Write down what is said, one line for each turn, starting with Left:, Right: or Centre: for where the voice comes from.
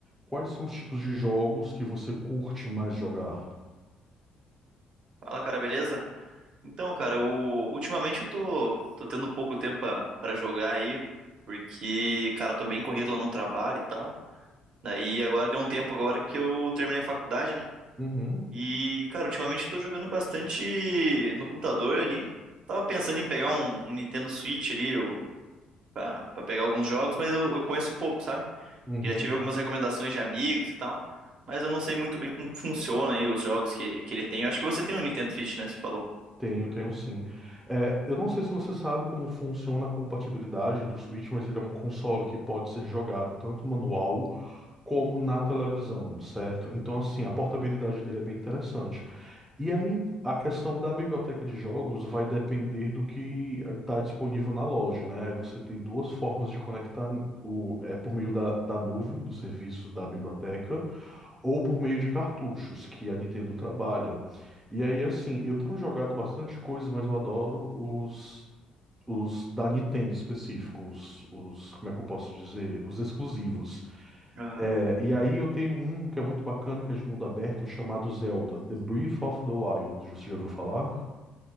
Centre: Quais são os tipos de jogos que você curte mais jogar?
Right: Fala, cara, beleza? Então, cara, o... ultimamente eu tô, tô tendo pouco tempo pra pra jogar aí, porque, cara, tô bem corrido lá no trabalho e tal. Daí agora deu um tempo agora que eu terminei a faculdade, né?
Centre: Uhum,
Right: E, cara, ultimamente eu tô jogando bastante no computador ali. Tava pensando em pegar um, um Nintendo Switch ali, eu, pra, pra pegar alguns jogos, mas eu, eu conheço pouco, sabe?
Centre: uhum.
Right: Já tive algumas recomendações de amigos e tal, mas eu não sei muito bem como funciona aí os jogos que, que ele tem. Eu acho que você tem um Nintendo Switch, né? Você falou.
Centre: Tenho, tenho sim. É, eu não sei se você sabe como funciona a compatibilidade do Switch, mas ele é um console que pode ser jogado tanto manual como na televisão, certo? Então, assim, a portabilidade dele é bem interessante. E aí, a questão da biblioteca de jogos vai depender do que está disponível na loja, né? Aí você tem duas formas de conectar o, é por meio da, da nuvem, do serviço da biblioteca, ou por meio de cartuchos que a Nintendo trabalha. E aí, assim, eu tenho jogado bastante coisa, mas eu adoro os, os da Nintendo específico, os, os, como é que eu posso dizer, os exclusivos.
Right: Aham.
Centre: É, e aí eu tenho um que é muito bacana, que é de mundo aberto, chamado Zelda, The Breath of the Wild. Você já ouviu falar?